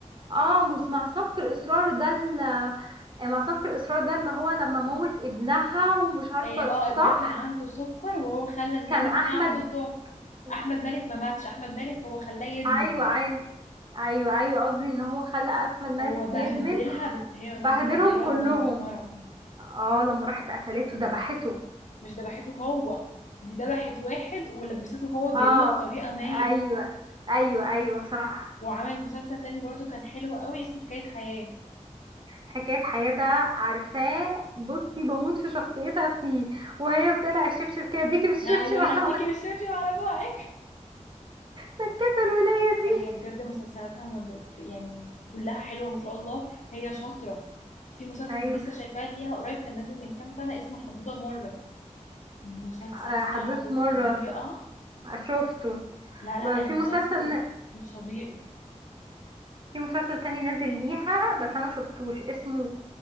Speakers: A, on the right; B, on the left.
A: اه مس- مع سبق الاصرار ده ال- مع سبق الاصرار ده اللي هو لما موت ابنها ومش عارفة
B: إيه، اه ابنها
A: صح
B: كان عنده سكر وهو خلى الناني
A: كان احمد
B: بتاعته تقعد
A: وك-
B: احمد مالك ما ماتش احمد مالك هو خلاه يدمن
A: ايوه ايوه ايوه ايوه قصدي ان هو خلى احمد مالك
B: هو بهدلها
A: يدمن
B: بس هي
A: بهدلهم
B: ردت عليه رد
A: كلهم
B: محترم
A: اه لما راحت قتلته ذبحته
B: مش ذبحته هو دي ذبحت واحد ولبسته هو الجريمة
A: اه
B: بطريقة ما
A: ايوه ايوه ايوه صح
B: وعملت مسلسل تاني برضو كان حلو قوي اسمه حكاية حياة
A: حكاية حياة ده عارفاه بصي بموت في شخصيتها فيه وهي بتقلع الشبشب كده ديكي بالشبشب
B: ايوه هديكي
A: <laughs> على
B: الشبشب على بوعك
A: سكتة الولية دي
B: هي بجد مسلسلاتها ما بت... يعني كلها حلوة ما شاء الله هي شاطرة في مسلسل
A: ايوه
B: لسه شايفاه ليها قريب كان نازل من كام سنة اسمه حدودة مرة المسلسل
A: آه،
B: صعب
A: حدوث
B: بطريقة
A: مرة ش- شفته
B: لا لا
A: ب- في
B: المسلسل
A: مسلسل
B: مش طبيعي
A: في مسلسل تاني نازل ليها بس انا مشفتوش اسمه